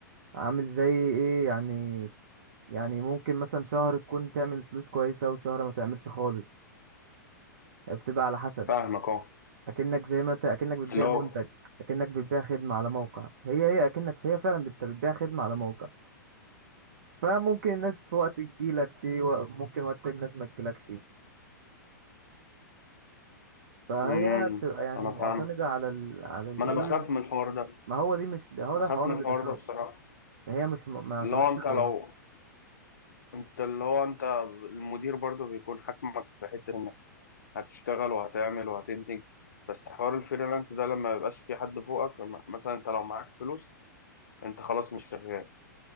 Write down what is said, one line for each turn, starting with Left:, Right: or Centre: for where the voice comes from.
Right: عامل زي ايه يعني يعني ممكن مثلا شهر تكون تعمل فلوس كويسة وشهر ما تعملش خالص هي بتبقى على حسب
Left: فاهمك اه
Right: اكنك زي ما انت اكنك بتبيع
Left: اللي هو
Right: منتج اكنك بتبيع خدمة على موقع هي هي اكنك هي فعلا انت بتبيع خدمة على موقع فممكن الناس في وقت تجيلك في و... ممكن وقت تاني الناس ما تجيلكش فهي
Left: امم
Right: بتبقى يعني
Left: انا
Right: معتمدة
Left: فاهم
Right: على ال... على الايه
Left: ما انا بخاف من الحوار ده
Right: ما هو دي مش ده هو
Left: بخاف
Right: ده الحوار
Left: من
Right: اللي
Left: الحوار
Right: بيخوف
Left: ده بصراحه
Right: ما هي مش م- ما يعتمدش
Left: اللي هو انت
Right: عليها
Left: لو انت اللي هو انت المدير برضه بيكون حاكمك في حته انك هتشتغل وهتعمل وهتنتج بس حوار الفريلانس ده لما ميبقاش في حد فوقك م- مثلا انت لو معاك فلوس انت خلاص مش شغال